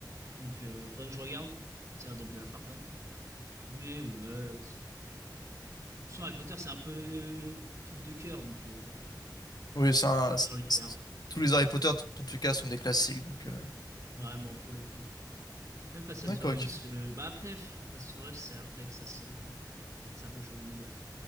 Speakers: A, on the right (about 45°); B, on the left (about 60°).
A: Donc, il euh, faudrait que je regarde. Ça a l'air d'être de la frappe quand même. Mais ouais. pff, Harry Potter, c'est un peu truc de cœur, donc euh,
B: Oui, c'est un- c'est-
A: dans l'univers.
B: c'est- tous les Harry Potter, dans tous les cas, sont des classiques. Donc, euh,
A: Vraiment, pour le coup. Même Fast and
B: D'accord,
A: Furious.
B: ok.
A: euh, bah après, Fast and Furious, c'est après que ça se. C'est un peu chaud, mais bon.